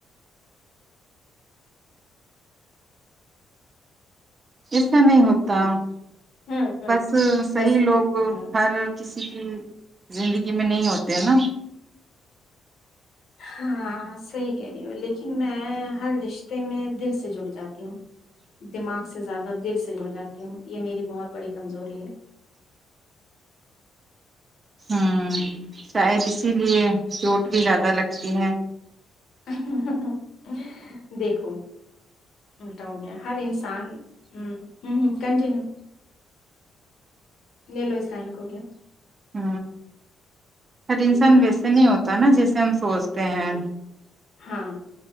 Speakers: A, on the right; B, on the left.
A: ایسا نہیں ہوتا
B: ہوں ہوں
A: بس صی
B: بس
A: لوگ
B: ہوں
A: ہر کسی کی زندگی میں نہیں ہوتے ہیں نا
B: ہاں صحی کہہ رہی ہو لیکن میں ہر رشتے میں دل سے جڑ جاتی ہوں دماغ سے زیادہ دل سے جڑ جاتی ہوں یہ میری بہت بڑی کمزوری ہے
A: ہوں شاید اسی لیے چوٹ بھی زیادہ لگتی ہے
B: ہ ہاں <unintelligible> دیکھو <unintelligible> ملٹا ہو گیا ہر انسان ہ ہ ہ کنٹینیو لے لو اس لائن کو بھی
A: ہ ار انسان ویسے نہیں ہوتا نا جیسے ہم سوچتے ہیں
B: ہ